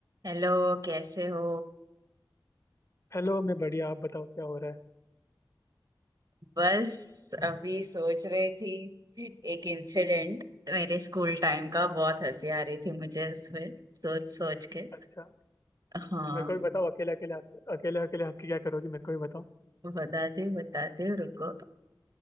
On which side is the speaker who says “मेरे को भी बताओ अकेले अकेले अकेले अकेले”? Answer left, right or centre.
Left